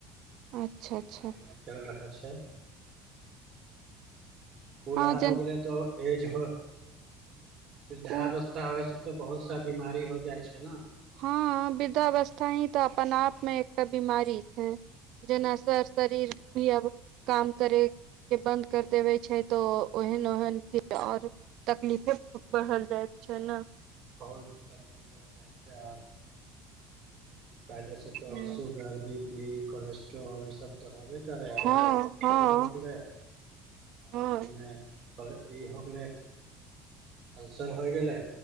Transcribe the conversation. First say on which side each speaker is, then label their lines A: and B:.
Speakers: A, on the right (about 65°); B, on the right (about 35°).
A: अच्छा अच्छा
B: दबाइ-उबाइ चलि रहल छै बूड़हा
A: हँ जन
B: हो गेलै तऽ एज हो वृद्धाअवस्था
A: ओ
B: होए छै तऽ बहुत सारा बिमारी हो जाइ छै नऽ
A: हँ वृद्धाअवस्था ही तऽ अपन आप मे एकटा बीमारी छै जेना सर शरीर भी अब काम करै के बन्द कर देबे छै तऽ ओहन ओहन फेर ओर तकलीफे बढ़ल जाइत छै नऽ
B: बहुत तकलीफ बढ़ जाइ छै आर जेनाकि पहिले से तऽ
A: हूँ
B: sugar B P cholesterol ई सब तो हेबे करैरठ
A: हँ
B: इन्फेक्शन
A: हँ
B: हो गेलै आ
A: हँ
B: बीचमे कल ई हो गेलै अल्सर हो गेलै